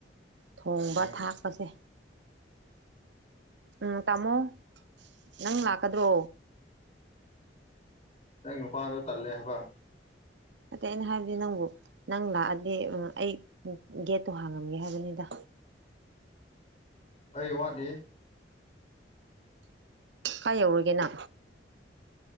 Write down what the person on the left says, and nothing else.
ꯎꯝ
ꯅꯪ ꯅꯨꯄꯥꯗꯣ ꯇꯜꯂꯦ ꯍꯥꯏꯕ
ꯑꯩ ꯋꯥꯠꯂꯤ